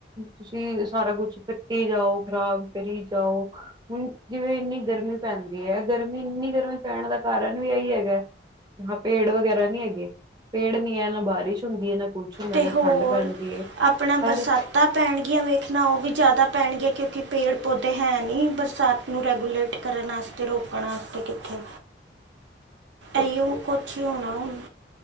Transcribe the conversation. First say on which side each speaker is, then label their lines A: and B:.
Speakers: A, on the right; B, on the right.
A: ਤੁਸੀਂ ਸਾਰਾ ਕੁਛ ਕੱਟੀੇ ਜਾਓ, ਖ਼ਰਾਬ ਕਰੀ ਜਾਓ। ਹੁਣ ਜਿਵੇਂ ਇੰਨੀ ਗਰਮੀ ਪੈਂਦੀ ਏ ਗਰਮੀ ਇੰਨੀ ਗਰਮੀ ਪੈਣ ਦਾ ਕਾਰਨ ਵੀ ਏ ਹੈਗੇ। ਹਾਂ ਪੇੜ ਵਗੈਰਾ ਨੀ ਹੈਗੇ ਪੇੜ ਨੀ ਹੈ ਨਾ ਬਾਰਿਸ਼ ਹੁੰਦੀ ਏ ਨਾ ਕੁਛ ਹੁੰਦਾ
B: ਤੇ
A: ਨਾ
B: ਹੋਰ
A: ਠੰਢ ਪੈਂਦੀ ਹੈ
B: ਆਪਣਾ
A: ਹਰ
B: ਬਰਸਾਤਾ। ਪੈਣਗੀਆਂ ਵੇਖਣਾ ਉਹ ਵੀ ਜ਼ਿਆਦਾ ਪੈਣਗੀਆਂ ਕਿਉਂਕਿ ਪੇੜ ਪੌਦੇ ਹੈ ਨਹੀਂ ਬਰਸਾਤ ਨੂੰ ਰੈਗੂਲੇਟ ਕਰਨ। ਤੇ ਰੋਕਣਾ ਆਸਤੇ ਕਿੱਥੇ।
A: <inaudible>
B: ਇਹੀਓ ਕੁਛ ਹੋਣਾ ਹੁਣ।